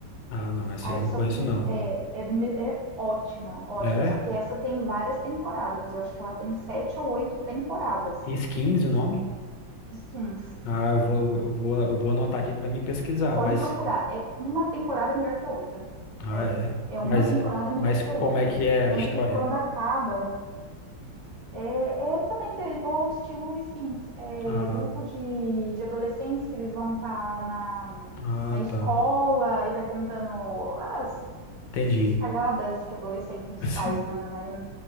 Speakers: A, on the left; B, on the right.
A: Ah, não, essa
B: Aí,
A: aí não
B: só
A: conheço
B: que
A: não.
B: é, é, do, é ótima, ótima.
A: É?
B: Só que essa tem várias temporadas. Eu acho que ela tem sete ou oito temporadas.
A: Skins o nome?
B: Skins.
A: Ah, eu vou, eu vou, eu vou anotar aqui pra mim pesquisar,
B: Pode
A: mas.
B: procurar. É uma temporada melhor que a outra.
A: Ah,
B: É.
A: é.
B: É uma
A: Mas,
B: temporada melhor
A: mas
B: que
A: como
B: a outra.
A: é que é a
B: Tanto
A: história?
B: que quando acaba, é, é também de- igual o estilo Skins. É
A: Ah,
B: grupo de, de adolescentes que eles vão estar na,
A: ah,
B: na escola
A: tá.
B: e vai contando as
A: Entendi.
B: cagadas que adolescentes
A: Sim.
B: faz na, na,